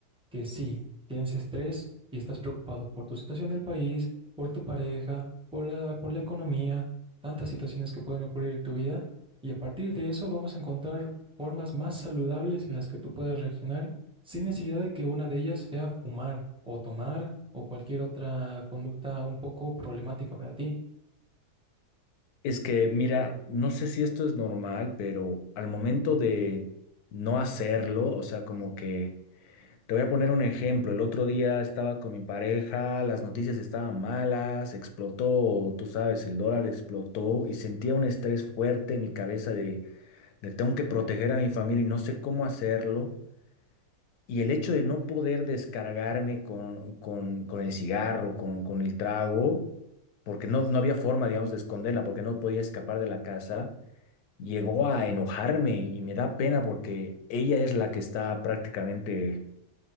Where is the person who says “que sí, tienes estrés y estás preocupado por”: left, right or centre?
Centre